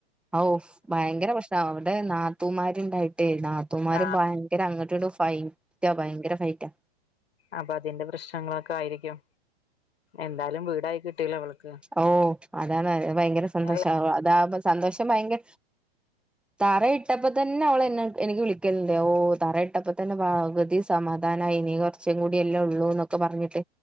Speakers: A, in the centre; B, on the left.
A: ഔഫ് ഭയങ്കര പ്രശ്നാ അവിടെ നാത്തൂമാര്ണ്ടായിട്ട് ട്ടേ നാത്തൂമ്മാരും
B: ആ
A: ഭയങ്കര അങ്ങട്ട്ടും ഫൈറ്റാ ഭയങ്കര ഫൈറ്റാ
B: അപ്പഅതിന്റെ പ്രശ്നങ്ങളൊക്കെ ആയിരിക്കും എന്തായാലും വീടായി കിട്ടിയല്ലോ അവൾക്ക്
A: ഓഹ് അതാണ് ഭയങ്കര സന്തോഷാ
B: അല്ല
A: അതാവസ് സന്തോഷം ഭയങ്ക തറയിട്ടപ്പോ തന്നെ അവളന്നെ എനിക്ക് വിളിക്കല്ണ്ട് ഓഹ് തറയിട്ടപ്പോതന്നെ പകുതി സമാ മാധാനായിനി ഇനി കുറച്ചും കൂട്യല്ലെ ഉള്ളൂ ന്നൊക്കെ പറഞ്ഞിട്ട്